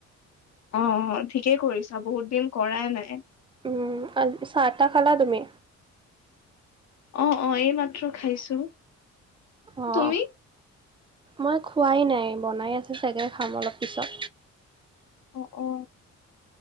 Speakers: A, on the left; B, on the right.
A: অ', অ' ঠিকেই কৰিছা, বহুত দিন কৰাই নাই।
B: উম, আ, চাহ টা খালা তুমি?
A: অ', অ' এই মাত্ৰ খাইছোঁ।
B: অ'।
A: তুমি?
B: মই খোৱাই নাই, বনাই আছে চাগে, খাম অলপ পিছত।
A: অ', অ'।